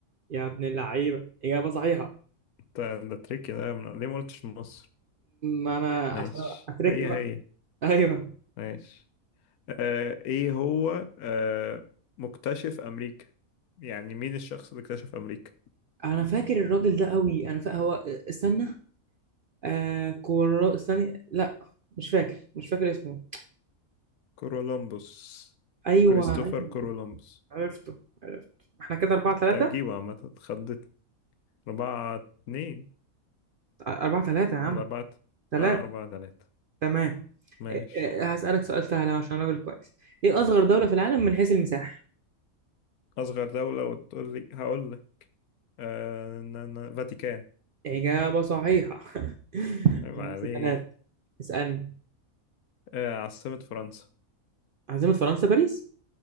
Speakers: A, on the right; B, on the left.
A: يا ابن اللعيبة اجابة صحيحة
B: ده ده تريكي ده من- ليه ما قلتش مصر
A: ما انا عشان
B: ماشي
A: اترك
B: هي
A: بقى
B: هي
A: <laughs> ايوه
B: ماشي آه، ايه هو آه، مكتشف امريكا يعني مين الشخص اللي اكتشف امريكا
A: انا فاكر الراجل ده قوي انا فاكر هو استنى آه كورا استني لا مش فاكر مش فاكر اسمه
B: كولومبوس
A: ايوه
B: كريستوفر
A: ايوه
B: كولومبوس
A: عرفته عرفته احنا كده أربعة
B: أنت
A: ثلاثة
B: كنت هتجيبه عامة اتخضيت أربعة اتنين
A: أربعة ثلاثة يا عم
B: ولا أربعة
A: ثلاثة
B: آه أربعة تلاتة
A: تمام
B: ماشي
A: آه، آه، هسألك سؤال سهل عشان راجل كويس ايه اصغر دولة في العالم من حيث المساحة
B: أصغر دولة وتقول لي هقول لك آه ن- ن- فاتيكان
A: إجابة صحيحة <laughs>
B: عيب
A: خمسة
B: عليه
A: ثلاثة اسألني
B: آه عاصمة فرنسا
A: عاصمة فرنسا باريس